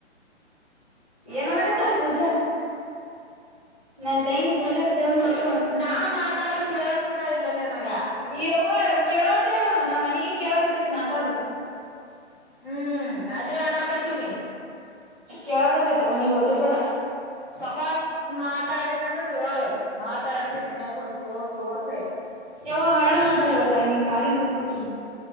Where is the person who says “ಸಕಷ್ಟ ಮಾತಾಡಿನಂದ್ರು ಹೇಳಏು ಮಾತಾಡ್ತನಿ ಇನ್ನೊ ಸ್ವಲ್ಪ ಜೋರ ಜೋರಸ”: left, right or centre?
Left